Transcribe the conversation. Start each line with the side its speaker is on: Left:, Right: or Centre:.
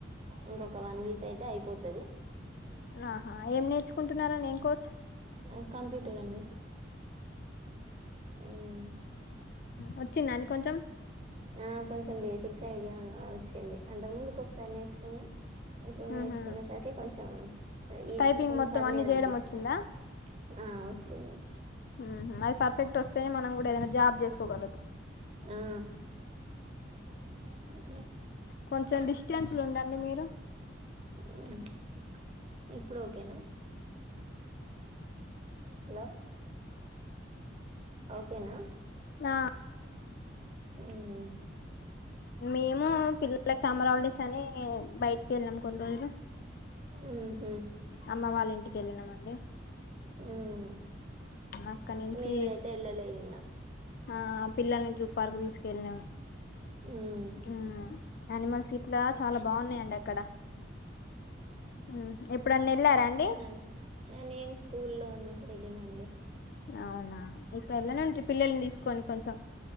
Right: ఇంకొక వన్వీక్ అయితే అయిపోతది జెస్ట్ సపోజ్
Left: ఆహా ఏం నేర్చుకుంటున్నరండీ ఏంకోర్స్
Right: ఆ కంప్యూటర్ అండి ఉమ్
Left: వచ్చిందండి కొంచెం
Right: ఆ కొంచెం బేసిక్స్ ఐడియా వచ్చింది అంతకు ముందు ఇ ఒకసారి నేర్చుకో ఇప్పుడు నేర్చుకునే
Left: ఉహు
Right: సరికి కొంచెం ఈ
Left: టైపింగ్
Right: కొంచెం
Left: మొత్తం
Right: పర్లేదు
Left: అన్ని చేయడం
Right: అనిపిస్తోంది
Left: వచ్చిందా
Right: ఆ వొచ్చింది
Left: ఉహు అది పర్ఫెక్ట్ వస్తేనే మనం కూడా ఏదైనా జాబ్ చేసుకోగలుగుతాం
Right: ఆ ఉమ్
Left: కొంచెం డిస్టెన్స్ లో ఉండండి మీరు
Right: ఆ ఇప్పుడోకేనా హలో ఓకేనా
Left: ఆ
Right: ఉమ్
Left: మేము పిల్లలకి సంమరాలడిస్ అని బయటికేళ్ళాం కొన్ని రోజులు
Right: ఆహ
Left: అమ్మ వాళ్ళ ఇంటికి వెళ్ళినామండి
Right: ఉమ్
Left: అక్కడ నుంచి
Right: మేమటెళ్ళలే ఇంగా
Left: ఆ పిల్లల్ని జూ పార్కు తీసుకెళ్ళినాం
Right: ఉమ్
Left: ఉమ్ అనిమల్స్ ఇట్లా చాలా బాగున్నాయండి అక్కడ ఉమ్ ఏప్పుడన్న ఏళ్ళారా అండి
Right: అన్ ఆ నేను స్కూల్ల్లో ఉన్నప్పుడు ఏళ్ళినండి
Left: అవునా ఇప్పుడు వెళ్లానా ఏంటి పిల్లల్ని తీసుకొని కొంచెం